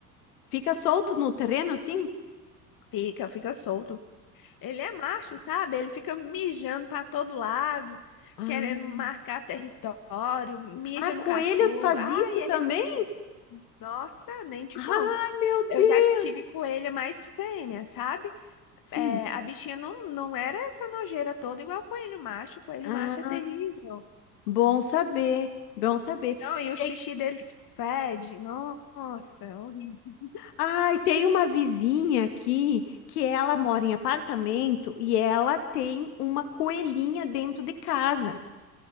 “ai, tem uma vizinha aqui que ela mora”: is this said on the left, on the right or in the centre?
Left